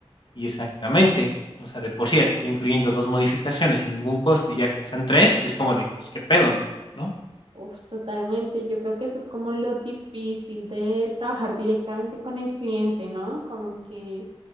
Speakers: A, on the left; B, on the right.
A: y exactamente, o sea, de por sí ya te estoy incluyendo dos modificaciones sin ningún costo y ya que sean tres, es como de, pues qué pedo, ¿no?
B: Uf, totalmente. Yo creo que eso es como lo difícil de trabajar directamente con el cliente, ¿no? Como que